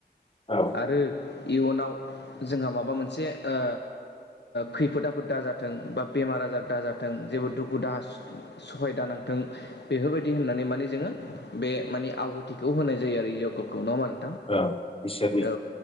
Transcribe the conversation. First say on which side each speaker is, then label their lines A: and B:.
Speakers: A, on the left; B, on the left.
A: औ
B: आरो इयुनाव जोंहा माबा मोनसे ओ खैफोद आफोद दा जाथों बा बेमार आजार दाजाथों जेबो दुखु दाहा स-सहाय दा नांथों बेफोरबायदि होननानै माने जोङो बे माने आहुथिखौ होनाय जायो आरो यगखौ नङा होमबा नो
A: औ बिसे
B: औ